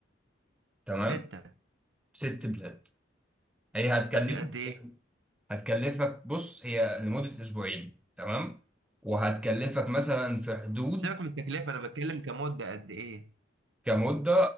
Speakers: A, in the centre; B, on the right.
A: تمام
B: ستة
A: ست بلاد هي هتكلفك
B: طب دي قد ايه
A: إيه؟ هتكلفك بص هي لمدة أسبوعين تمام وهتكلفك مثلا في حدود
B: سيبك من التكلفه انا بتكلم كمده قد ايه
A: كمدة